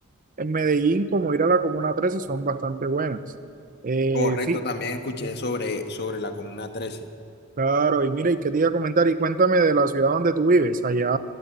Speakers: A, on the right; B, on the left.
A: en Medellín, como ir a la Comuna 13, son bastante buenas. Eh,
B: Correcto,
A: fi-
B: también escuché sobre, sobre la Comuna Trece.
A: claro, y mira, y qué te iba a comentar, y cuéntame de la ciudad donde tú vives, allá,